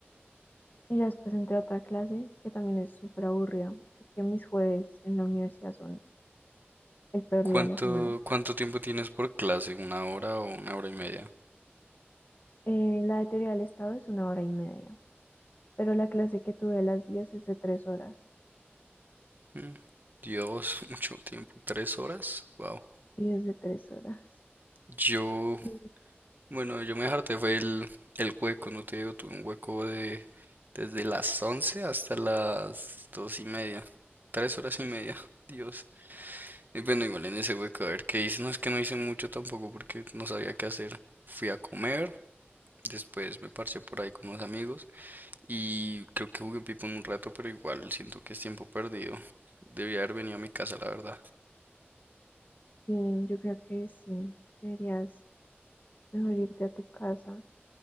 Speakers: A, on the left; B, on the right.
A: Y ya después entré a otra clase que también es súper aburrida. Es que mis jueves en la universidad son el peor
B: ¿Cuánto,
A: día de la semana.
B: cuánto tiempo tienes por clase? ¿Una hora o una hora y media?
A: Eh, la de teoría del Estado es una hora y media, pero la clase que tuve a las 10 es de tres horas.
B: Mm, Dios, <laughs> mucho tiempo. ¿Tres horas? Wow.
A: Y es de tres horas.
B: Yo,
A: Y
B: bueno, yo me harté fue el, el hueco, no te digo, tuve un hueco de desde las 11 hasta las dos y media. Tres horas y media. Dios. Y bueno, igual en ese hueco, a ver qué hice. No es que no hice mucho tampoco porque no sabía qué hacer. Fui a comer, después me parché por ahí con unos amigos y creo que jugué Pipo un rato, pero igual siento que es tiempo perdido. Debía haber venido a mi casa, la verdad.
A: sí, yo creo que sí, deberías mejor irte a tu casa